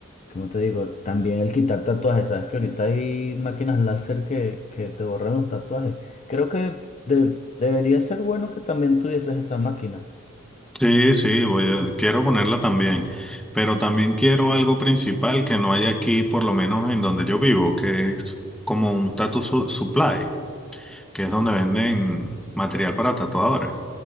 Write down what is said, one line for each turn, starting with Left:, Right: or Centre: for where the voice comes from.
Left: ¿cómo te digo? También el quitar tatuajes. Sabes que ahorita hay máquinas láser que, que te borran los tatuajes. Creo que de- debería ser bueno que también tuvieses esa máquina.
Centre: Sí, sí, voy a, quiero ponerla también, pero también quiero algo principal que no hay aquí, por lo menos en donde yo vivo, que es como un tattoo su- supply, que es donde venden material para tatuadores.